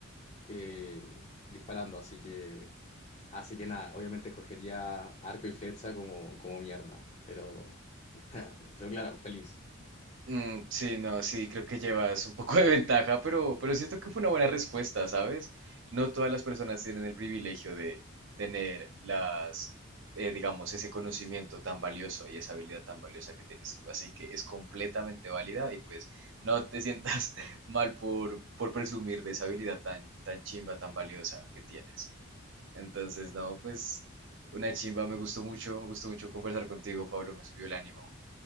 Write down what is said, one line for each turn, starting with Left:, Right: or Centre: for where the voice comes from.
Left: eh, disparando, así que, así que nada, obviamente escogería arco y flecha como, como mi arma, pero, <laughs> pero claro, feliz.
Right: Mm, sí, no, sí, creo que llevas un poco de ventaja, pero, pero siento que fue una buena respuesta, ¿sabes? No todas las personas tienen el privilegio de tener las, eh, digamos, ese conocimiento tan valioso y esa habilidad tan valiosa que tienes tú, así que es completamente válida y pues no te sientas <laughs> mal por, por presumir de esa habilidad tan, tan chimba, tan valiosa que tienes. Entonces, no, pues una chimba, me gustó mucho, me gustó mucho conversar contigo, Pablo, me subió el ánimo.